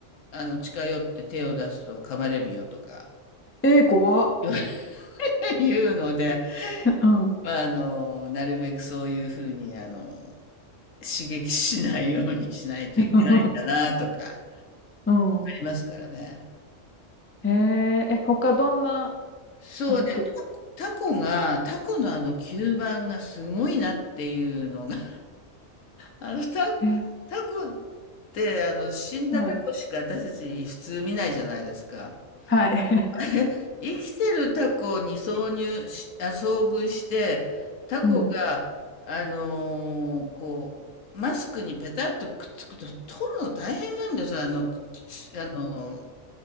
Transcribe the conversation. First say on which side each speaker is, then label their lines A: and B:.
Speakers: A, on the left (about 75°); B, on the left (about 20°).
A: あの、近寄って手を出すと噛まれるよとか
B: ええ、怖っ。
A: <laughs> 言うので、
B: <laughs> うん。
A: まあ、あの、なるべくそういうふうに、あの、刺激しないようにしないといけないんだなとか、
B: <laughs>
A: あ
B: うん。
A: りますからね。
B: えええ、他どんな、
A: そうね、
B: あ、く、
A: タコタコが、タコのあの吸盤がすごいなっていうのがあの、タコ、
B: え、
A: タコって、あの、死んだタコしか私たち普通見ないじゃないですか。
B: はい。はい。<laughs>
A: <laughs> ね生きてるタコに挿入し、あ、遭遇して、タコが、
B: うん。
A: あのーこう、マスクにペタッとくっつくと、取るの大変なんですよ。あの、きあのー、